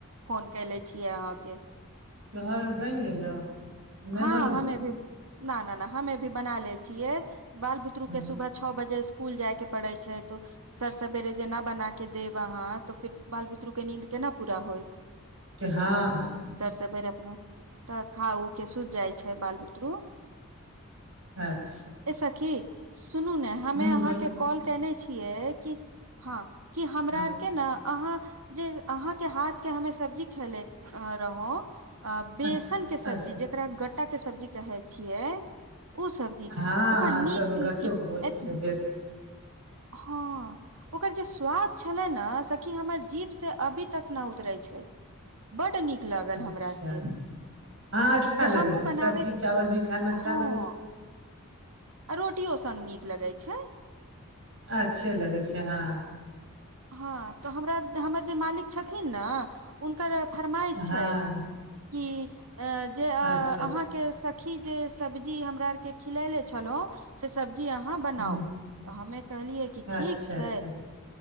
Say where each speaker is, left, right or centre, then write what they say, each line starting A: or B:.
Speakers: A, on the right; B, on the right.
A: फोन कैलै छीयेयै अहा के
B: तहरर बैनि गेलौ नहि
A: हँ
B: बनलो
A: हमे भी न न न हमे भी बना ले छियै बाल बुतरू
B: छौ
A: के सुबह छ बजे इ इकूल जाय के पड़ै छै तो सर सवेरे जेना बना के देब अहाँ तो फिर बाल बुतरू के नींद केना पूरा होयइत
B: हँ
A: सर सवेर अपना तऽ खा उ के सुत जाइ छै बाल बुतरू
B: अचछा <unintelligible>
A: ए सखी सुनू ने हमे
B: हूँ
A: अहाँके
B: बोल
A: कॉल केने छियै कि हँ कि हमरा
B: हँ
A: आरके न अहाँ जे अहाँके हाथ के हमे सब्जी खेले रहौ बेसन
B: अच्छा
A: के सब्जी
B: अच्छा
A: जे गट्टा के सब्जी कहै छियै ओ सब्जी जी
B: हँ
A: ओकर
B: हँ
A: नीक
B: सब गट्टो
A: ईत
B: के बोलै
A: यत
B: छियै बेसन
A: हँ ओकर जे स्वाद छलै न सखि हमर जीव से अभी तक नै उतरै छै बड्ड नीक लागल हमरा
B: अच्छा
A: आरके
B: हँ अच्छा
A: से
B: लगे
A: हमहुँ
B: छै
A: बनाबे
B: सब्जी चावल भी खाय मे अच्छा
A: हँ
B: लगे छै
A: आ रोटियो सङ्ग नीक लगैत छै
B: अच्छे लगै छै हँ
A: हँ तऽ हमरा हमर जे मालिक छथिन न हुनकर फरमाइश छै
B: हँ
A: कि जे
B: अच्छा
A: अहाँके कि जे सब्जी हमरा आरके खिलैले छलहुं से सब्जी अहाँ बनाउ
B: हूँ
A: तऽ हम कहलियै कि
B: अच्छा
A: ठीक छै।
B: अच्छा